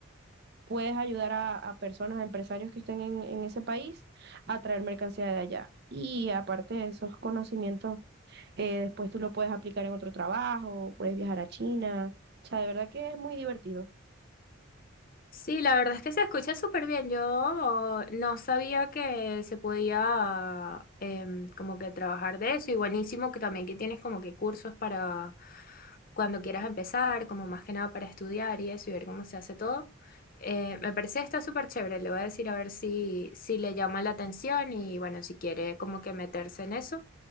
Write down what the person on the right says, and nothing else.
puedes ayudar a, a personas, a empresarios que estén en, en ese país a traer mercancía de allá. Y aparte de esos conocimientos, eh, después tú lo puedes aplicar en otro trabajo, puedes viajar a China. O sea, de verdad que es muy divertido.